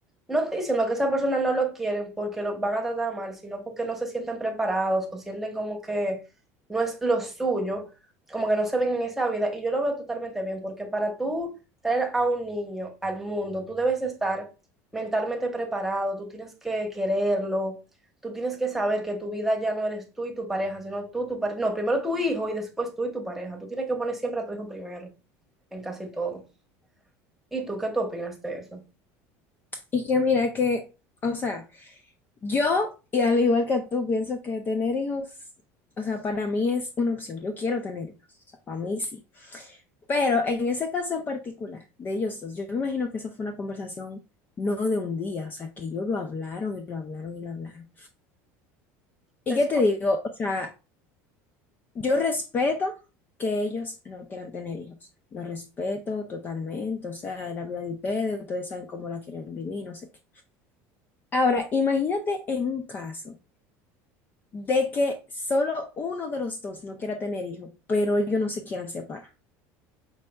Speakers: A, in the centre; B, on the left (about 25°).
A: no estoy diciendo que esas personas no lo quieren porque lo van a tratar mal, sino porque no se sienten preparados o sienten como que no es lo suyo, como que no se ven en esa vida. Y yo lo veo totalmente bien porque para tú traer a un niño al mundo, tú debes estar mentalmente preparado, tú tienes que quererlo, tú tienes que saber que tu vida ya no eres tú y tu pareja, sino tú, tu pareja, no, primero tu hijo y después tú y tu pareja. Tú tienes que poner siempre a tu hijo primero en casi todo. ¿Y tú qué tú opinas de eso?
B: Y que mira que, o sea... Yo, y al igual que tú, pienso que tener hijos, o sea, para mí es una opción. Yo quiero tener hijos, o sea, para mí sí. Pero en ese caso en particular de ellos dos, yo me imagino que eso fue una conversación no de un día, o sea, que ellos lo hablaron y lo hablaron y lo hablaron. ¿Y
A: Es,
B: qué te digo? O sea, yo respeto que ellos no quieran tener hijos. Lo respeto totalmente, o sea, es la vida de ustedes, ustedes saben cómo la quieren vivir, no sé qué. Ahora, imagínate en un caso. de que solo uno de los dos no quiera tener hijos, pero ellos no se quieran separar.